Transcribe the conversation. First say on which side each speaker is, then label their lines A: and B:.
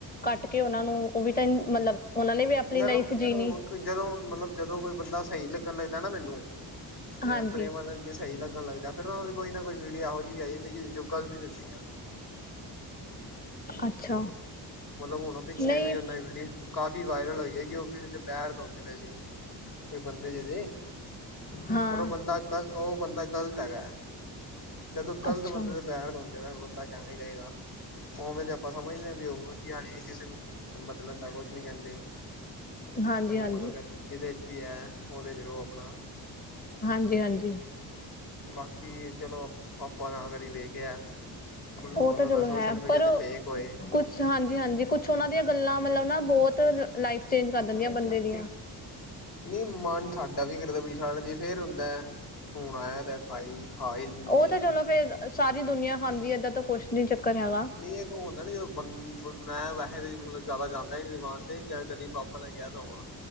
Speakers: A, on the left; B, on the left.
A: ਕੱਟ ਕੇ ਓਨਾ ਨੂੰ ਓ ਵੀ ਤਾਂ ਮਤਲਬ ਉਹਨਾਂ ਨੇ ਵੀ ਆਪਣੀ
B: ਯਾਰ
A: ਲਾਈਫ ਜੀਣੀ
B: ਹੁਣ ਜਦੋਂ ਮਤਲਬ ਜਦੋਂ ਕੋਈ ਬੰਦਾ ਸਹੀ ਲੱਗਣ ਲੱਗਦਾ ਨਾ ਮੈਨੂੰ
A: ਹਾਂਜੀ
B: ਯਾਰ ਪ੍ਰੇਮਾਨੰਦ ਜੀ ਸੀ ਸਹੀ ਲਗਣ ਲੱਗਦਾ, ਫੇਰ ਓਨਾਂ ਦੀ ਕੋਈ ਨਾ ਕੋਈ ਵੀਡੀਓ ਏਹੋ ਜਿਵੀ ਆ ਜਾਂਦੀ ਜਿਦੇ ਚ ਉਹ ਗਲਤ ਰਹਿੰਦੇ ਆ
A: ਅੱਛਾ।
B: ਮਤਲਬ ਹੁਣ ਓ ਪਿੱਛੇ
A: ਨਹੀਂ
B: ਵੀ ਓਨਾ ਦੀ ਵੀਡੀਓ ਕਾਫੀ ਵਾਇਰਲ ਹੋਈ ਐ ਕਿ ਓਹ ਕਿਸੇ ਦੇ ਪੈਰ ਧੋਂਦੇ ਪਏ ਸੀ। ਕੋਈ ਬੰਦੇ ਜਏ ਦੇ
A: ਹਾਂ
B: ਪਰ ਉਹ ਬੰਦਾ ਗ ਓ ਬੰਦਾ ਗ਼ਲਤ ਹੈਗਾ, ਜਦੋਂ ਗ਼ਲਤ
A: ਅੱਛਾ
B: ਬੰਦੇ ਦੇ ਪੈਰ ਧੋ ਜਿਵੇ ਬੰਦਾ ਕੇਵੇਂ ਗਏਗਾ, ਉਵੇਂ ਤੇ ਆਪਾਂ ਸਮਝਦੇ ਹਾਂ ਵੀ ਉਹ ਵਧੀਆ ਨੇ ਕਿਸੇ ਨੂੰ ਬਦਲਣ ਦਾ ਕੁਛ ਨੀ ਕੇਂਦੇ,
A: ਹਾਂਜੀ
B: ਓ
A: ਹਾਂਜੀ
B: ਮਤਲਬ ਕੇਂਦੇ ਜਿਦੇ ਚ ਵੀ ਐ, ਓਦੇ ਚ ਰਹੋ ਆਪਣਾ
A: ਹਾਂਜੀ-ਹਾਂਜੀ।
B: ਬਾਕੀ ਚਲੋ, ਆਪਾਂ ਨਾ ਕਦੀ ਵੇਖਿਆ ਹੁਣ ਹੋ
A: ਓ
B: ਸਕਦਾ
A: ਤਾਂ ਚਲੋ
B: ਸੋਸ਼ਲ
A: ਹੈ
B: ਮੀਡੀਆ
A: ਪਰ
B: ਤੇ
A: ਓ
B: ਫੇਕ ਹੋਏ
A: ਕੁਝ ਹਾਂਜੀ-ਹਾਂਜੀ, ਕੁਛ ਉਹਨਾਂ ਦੀਆਂ ਗੱਲਾਂ ਮਤਲਬ ਨਾ ਬੋਤ ਲਾਈਫ ਚੇਂਜ ਕਰ ਦਿੰਦੀਆਂ ਬੰਦੇ ਦੀਆਂ।
B: ਨੀ ਮਨ ਸਾਡਾ ਵੀ ਕਰਦਾ ਛੱਡ ਦਈਏ ਫੇਰ ਹੁੰਦਾ ਐ ਹੁਣ ਆਇਆ ਤਾਂ ਖਾਈ ਖਾ ਹੀ ਲੈਂਦੇ
A: ਓ ਤਾਂ
B: ਆ
A: ਚਲੋ ਫੇਰ ਸਾਰੀ ਦੁਨੀਆ ਖਾਂਦੀ ਏਦਾਂ ਤਾਂ ਕੁਛ ਨੀ ਚੱਕਰ ਹੈਗਾ।
B: ਨਈ ਏਕ ਹੁੰਦਾ ਨੀ ਜਦੋਂ ਬੰ ਮੈਂ ਵੈਹੇ ਜਿਆਦਾ ਜਾਦਾਂ ਹੀ ਨੀ ਦੁਕਾਨ ਤੇ ਜਾਂ ਕਦੀ ਪਾਪਾ ਨਾਲ ਗਿਆ ਤਾਂ ਹੋਵਾਂ